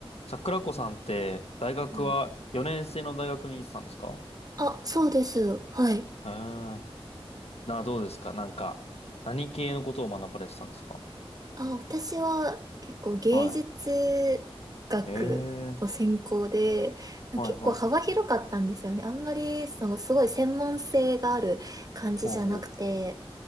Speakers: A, on the left; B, on the right.
A: 桜子さんって大学は4年生の大学に行ってたんですか
B: うんあ、そうです。はい。
A: ええー。な、どうですかなんか、何系のことを学ばれてたんですか
B: あ、私は結構芸術学の専攻で、
A: はい。ええー。はいはい。
B: 結構幅広かったんですよね。あんまり、その、すごい専門性がある感じじゃなくて、
A: おうお